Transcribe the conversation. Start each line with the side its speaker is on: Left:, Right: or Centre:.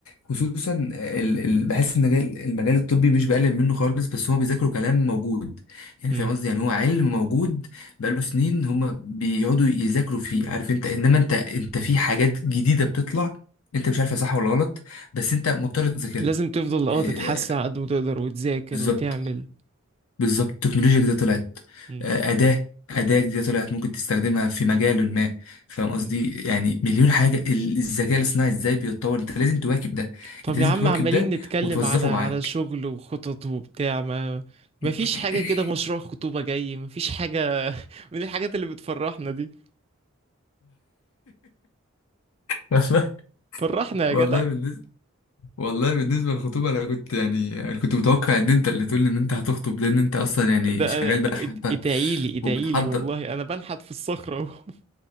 Left: خصوصا آه، ال... ال... بحس ان مجال المجال الطبي مش بقلل منه خالص بس هو بيذاكروا كلام موجود يعني
Right: امم
Left: فاهم قصدي يعني هو علم موجود بقاله سنين هم بيقعدوا يذاكروا فيه عارف انت انما انت انت في حاجات جديده بتطلع انت مش عارفها صح ولا غلط بس انت مضطر تذاكرها
Right: لازم تفضل اه
Left: آه،
Right: تتحسن على قد ما تقدر وتذاكر
Left: بالظبط
Right: وتعمل
Left: بالظبط التكنولوجيا جديدة طلعت
Right: امم
Left: آه، أداة أداة جديدة طلعت ممكن تستخدمها في مجال ما فاهم قصدي
Right: أمم.
Left: يعني مليون حاجة ال- الذكاء الاصطناعي ازاي بيتطور انت لازم تواكب ده
Right: طب
Left: انت
Right: يا
Left: لازم
Right: عم
Left: تواكب
Right: عمالين
Left: ده
Right: نتكلم
Left: وتوظفه
Right: على على
Left: معاك
Right: شغل وخطط وبتاع ما
Left: <laughs>
Right: ما فيش حاجة كده مشروع خطوبة جاي ما فيش حاجة <laughs> من الحاجات اللي بتفرحنا دي
Left: والله
Right: فرحنا يا
Left: والله
Right: جدع
Left: بالنسبة والله بالنسبة للخطوبة أنا كنت يعني أنا كنت متوقع إن أنت اللي تقول لي إن أنت هتخطب لأن أنت أصلا يعني
Right: ده أنا-
Left: شغال بقى
Right: اد-
Left: حبة
Right: ادعيلي ادعيلي
Left: وبتحضر
Right: والله انا بنحت في الصخرة اهو